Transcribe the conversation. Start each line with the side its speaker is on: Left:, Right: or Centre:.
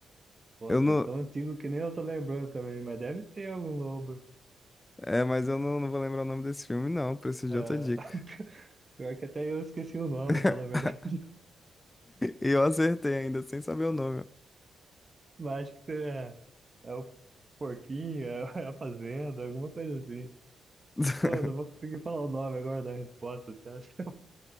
Right: Pô,
Left: Eu não.
Right: tá tão antigo que nem eu tô lembrando também, mas deve ter algum lobo.
Left: É, mas eu não, não vou lembrar o nome desse filme, não. Preciso
Right: Ah,
Left: de outra dica.
Right: <laughs> pior que até eu esqueci o nome,
Left: <laughs>
Right: falar a verdade.
Left: E eu acertei ainda, sem saber o nome. ó.
Right: Mas acho que é, é o porquinho, é <laughs> é a fazenda, alguma coisa assim.
Left: <laughs>
Right: Pô, eu não vou conseguir falar o nome agora da resposta, você acha? <laughs>